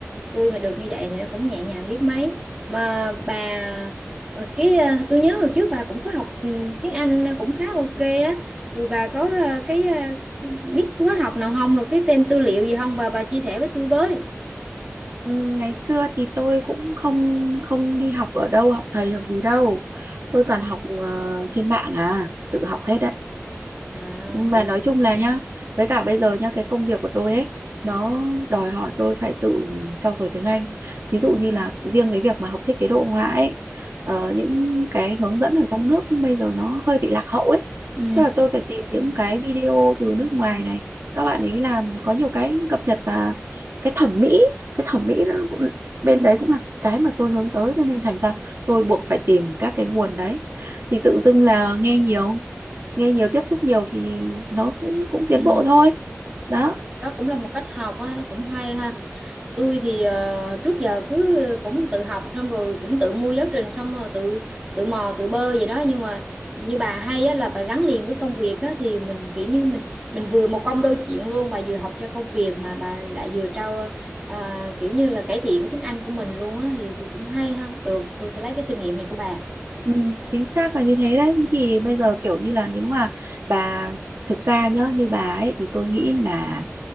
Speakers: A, on the right (about 15°); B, on the right (about 55°).
A: tôi mà được như vậy thì nó cũng nhẹ nhàng biết mấy mà bà ờ, cái ờ, tôi nhớ hồi trước bà cũng có học ừm, tiếng Anh cũng khá ok á rồi bà có ờ, cái ờ, biết khóa học nào không rồi cái tên tư liệu gì không bà bà chia sẻ với tôi với
B: ừ, ngày xưa thì tôi cũng không không đi học ở đâu học thầy học gì đâu tôi toàn học ờ, trên mạng à tự học hết đấy
A: à
B: nhưng mà
A: tự
B: nói
A: học
B: chung là nhá với cả bây giờ nhá cái công việc của tôi ấy nó đòi hỏi tôi phải tự trau dồi tiếng Anh ví dụ như là riêng cái việc mà học thiết kế đồ họa ấy ờ, những cái hướng dẫn ở trong nước bây giờ nó hơi bị lạc hậu ấy
A: ừ
B: thế là tôi phải tìm những cái video từ nước ngoài này các bạn ấy làm có nhiều cái cập nhật và cái thẩm mỹ cái thẩm mỹ nó cũng bên đấy cũng là cái mà tôi hướng tới cho nên thành ra tôi buộc phải tìm các cái nguồn đấy thì tự dưng là nghe nhiều nghe nhiều tiếp xúc nhiều thì nó cũng cũng tiến
A: ừ
B: bộ thôi đó
A: đó cũng là một cách học á nó cũng hay ha Tôi thì ờ, trước giờ cứ cũng tự học xong rồi cũng tự mua giáo trình xong rồi tự tự mò tự bơ vậy đó nhưng mà như bà hay á, là bà gắn liền với công việc á, thì mình kiểu như mình mình vừa một công đôi chuyện luôn bà vừa học cho công việc mà bà lại vừa trau ờ, kiểu như là cải thiện tiếng Anh của mình luôn á thì thì cũng hay ha được tôi sẽ lấy cái kinh nghiệm này của bà
B: ừ, chính xác là như thế đấy Thế thì bây giờ kiểu như là nếu mà bà thực ra nhá như bà ấy thì tôi nghĩ là